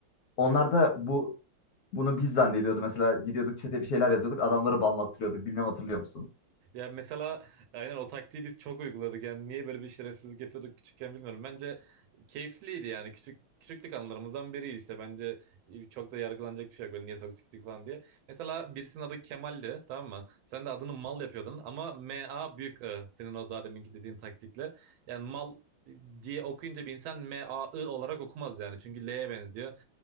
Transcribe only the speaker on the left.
Onlar da bu bunu biz zannediyordu mesela gidiyorduk çete bir şeyler yazıyorduk adamları banlattırıyorduk bilmem hatırlıyor musun?